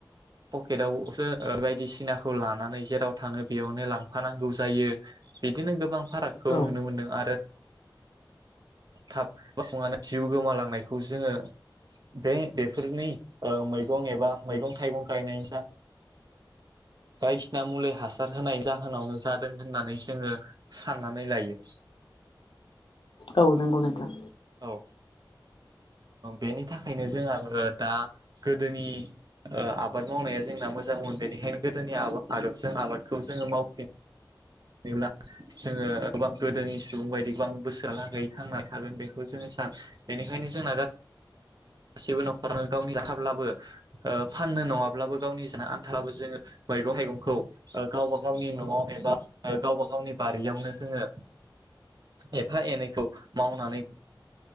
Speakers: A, on the right; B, on the left.
A: पकेटावसो बायदिसिनाखौ लानानै जेराव थाङो बेयावनो लांफानांगौ जायो। बिदिनो गोबां फारागखौ
B: औ
A: नुनो मोनदों आरो थाब फुङानो जिउ गोमालांनायखौ जोङो बे बेफोरनि ओ मैगं एबा मैगं थाइगं गायनाय जा बायदिसिना मुलि हासार होनायनि जाहोनावनो जादों होननानै जोङो साननानै लायो।
B: औ नोंगौ नोंथां।
A: औ ओ बेनि ओ थाखायनो जोंहाबो दा गोदोनि आबाद मावनाया जोंना मोजांमोन बेनिखायनो गोदोनि आदबजों आबादखौ जोङो मावफिन नो ब्ला जेब्ला जोङो गोबां गोदोनि सुबुं बायदि गोबां बैसोआलागै थांना थागोन बेखौ जोङो सानो बेनिखायनो जोंना गासै गासिबो न'खरावनो गावनि जाथाब्लाबो ओ फाननो नङाब्लाबो गावनि जाना आन्थाबलाबो जोङो मैगं थाइगंखौ गावबा गावनि न'आवनो एबा गावबा गावनि बारियावनो जोङो एफा एनैखौ मावनानै